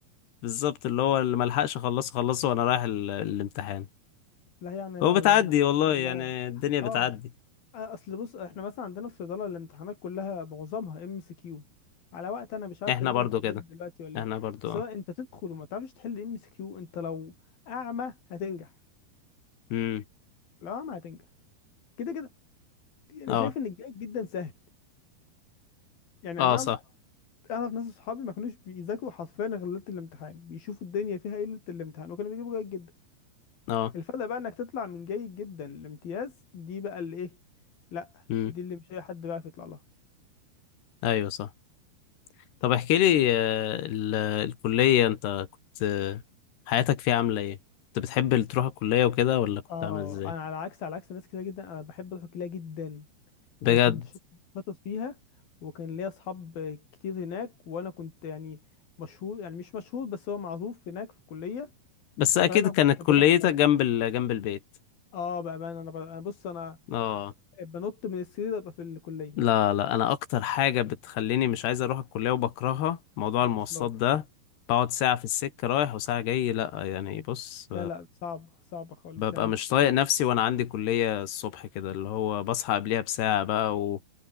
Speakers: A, on the left (about 70°); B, on the left (about 55°).
A: بالظبط اللي هو اللي ملحقش اخلصه خلصه وانا رايح ال... الامتحان
B: لا يعني انا
A: هو بتعدي
B: انا
A: والله
B: الحمد لله
A: يعني الدنيا بتعدي
B: اه آه، اصل بص احنا مثلا عندنا في صيدلة الامتحانات كلها معظمها ام اس كيو على وقت انا مش عارف
A: احنا
B: تقريبا
A: برضو
B: اتعدلت
A: كده
B: دلوقتي ولا
A: احنا
B: ايه
A: برضو
B: سواء
A: اه
B: انت تدخل وما تعرفش تحل ام اس كيو انت لو اعمى هتنجح
A: امم
B: لو اعمى هتنجح كده كده انا
A: اه
B: شايف ان الجيد جدا سهل يعني
A: اه
B: انا اعرف
A: صح
B: اعرف ناس اصحابي ما كانوش بيذاكروا حرفيا غير ليله الامتحان بيشوفوا الدنيا فيها ايه ليله الامتحان وكانوا بيجيبوا جيد جدا
A: اه
B: الفرق بقى انك تطلع من جيد جدا لامتياز دي بقى اللي ايه لا
A: امم
B: دي اللي مش اي حد بيعرف يطلع لها
A: ايوه صح طب احكي لي آه، ال- الكلية انت كنت آه، حياتك فيها عاملة ايه كنت بتحب اللي تروح الكلية وكده ولا كنت
B: اه
A: عامل ازاي
B: انا على عكس على عكس ناس كتير جدا انا بحب اروح الكليه جدا
A: بجد
B: انا كنت شاط- شاطر فيها وكان ليا اصحاب كتير هناك وانا كنت يعني مشهور يعني مش مشهور بس هو معروف هناك في الكليه
A: بس اكيد
B: فانا
A: كانت
B: كنت بروح
A: كليتك
B: اه
A: جنب ال... جنب البيت
B: آه، بامانه انا ب- انا بص انا
A: اه
B: بنط من السرير ابقى في الكليه
A: لا لا انا اكتر حاجة بتخليني مش عايز اروح الكلية وبكرهها موضوع
B: مواصلات
A: المواصلات ده بقعد ساعة في السكة رايح وساعة جاي لا يعني بص
B: لا لا صعب صعب خالص
A: ببقى
B: يعني
A: مش طايق نفسي وانا عندي كلية الصبح كده اللي هو بصحى قبلها بساعة بقى و...